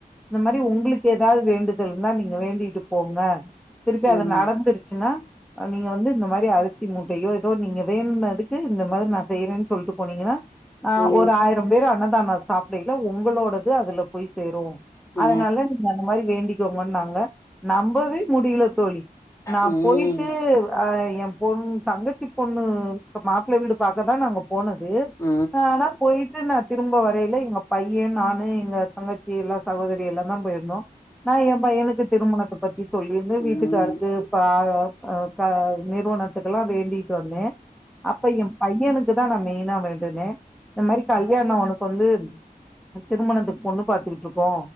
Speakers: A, in the centre; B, on the left.
A: இந்த மாரி உங்களுக்கு ஏதாவது வேண்டுதல் இருந்தா நீங்க வேண்டிட் போங்க திருப்பி
B: ம்
A: அது நடந்துருச்சுன்னா நீங்க வந்து இந்த மாரி அரிசி மூட்டையோ எதோ நீங்க வேண்டுனதுக்கு இந்த மாரி நா செய்யறேன்னு சொல்டு போனீங்கன்னா ஆ
B: ம் ம்
A: ஒரு ஆயிரம் பேரு அன்னதான சாப்டைல ஒங்களோடது அதுல போய் சேரு
B: ம் ம்
A: அதனால நீங்க அந்த மாரி வேண்டிக்கோங்ன்னாங்க நம்பவே முடியல தோழி நா
B: ம்
A: போய்ட்டு அ ஏன் பொண் தங்கச்சி பொண்ணு மாப்ள வீடு பாக்கதா நாங்க போனது
B: ம் ம் ம்
A: ஆனா போய்ட்டு நா திரும்ப வரையில எங்க பையே, நானு, எங்க தங்கச்சி எல்லா சகோதரி எல்லாந்தா போயிருந்தோ. நா ஏ பையனுக்கு திருமணத்த பத்தி சொல்லிருந்த
B: ம்
A: வீட்டுக்காருக்கு
B: ம் ம் ம் ம் ம் ம் ம் ம் ம் ம் ம் ம் ம்
A: பாக ப க நிறுவனத்துக்கெல்லா வேண்டிட்டு வந்தே. அப்ப ஏ பையெனுக் க்குதா நா மெயினா வேண்டுனே. இந் மாரி கல்யாணோ அவனுக்கு வந்து திருமணத்துக்கு பொண்ணு பாத்துகிட்டிருக்கோ.